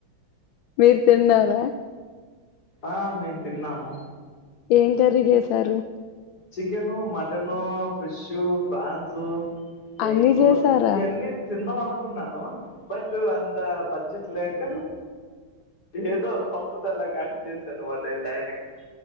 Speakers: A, on the left; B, on the left.
A: మీరు తిన్నారా.
B: ఆ మేన్ తిన్నాము..
A: ఏం కర్రీ చేసారు.
B: చికెను, మటను, ఫిష్, ఫ్రాన్సు,
A: అన్ని
B: ఎగ్
A: చేసారా
B: ఇయన్నీ. తిన్నాం అనుకున్నాను బట్ అంత బడ్జెట్ లేక. ఏదో పప్పుతొ అలా గానీ చేశాను అన్న మాట ఈ టయానికి.